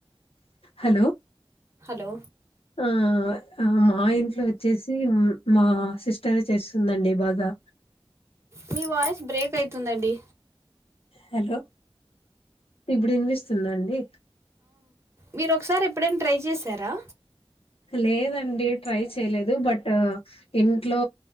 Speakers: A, on the left (about 80°); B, on the right (about 30°).
A: హలో
B: హలో
A: ఆ మా ఇంట్లో వచ్చేసి మా సిస్టరే చేస్తుందండి బాగా
B: మీ వాయిస్ బ్రేక్ అయితుందండి
A: హలో ఇప్పుడు వినిపిస్తుంద అండి
B: మీరు ఒకసారి ఎప్పుడైనా ట్రై చేశారా
A: లేదం నుండి ట్రై చేయలేదు బట్ ఇంట్లో